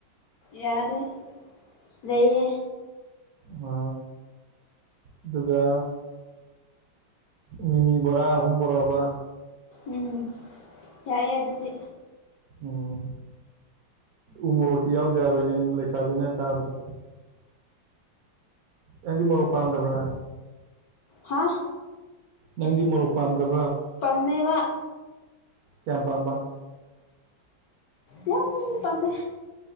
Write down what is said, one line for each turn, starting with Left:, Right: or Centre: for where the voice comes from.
Left: ꯌꯥꯔꯦ ꯂꯩꯌꯦ꯫
Right: ꯑ ꯑꯗꯨꯒ ꯃꯤꯃꯤ ꯕꯣꯔꯥ ꯑꯍꯨꯝ ꯕꯣꯔꯥꯕ꯫
Left: ꯎꯝ ꯌꯥꯏꯑꯦ ꯑꯗꯨꯗꯤ
Right: ꯑꯣ ꯎꯃꯣꯔꯛꯇꯤ ꯌꯥꯎꯗ ꯌꯥꯔꯣꯏꯅꯦ ꯂꯩꯁꯥꯕꯤꯅ ꯆꯥꯕꯗ ꯅꯪꯗꯤ ꯃꯣꯔꯣꯛ ꯄꯥꯝꯗꯕ꯭ꯔꯥ
Left: ꯍꯥ
Right: ꯅꯪꯗꯤ ꯃꯣꯔꯣꯛ ꯄꯥꯝꯗꯕ
Left: ꯄꯝꯃꯦꯕ
Right: ꯀꯄꯝꯕ
Left: ꯌꯥꯝ ꯄꯥꯝꯃꯦ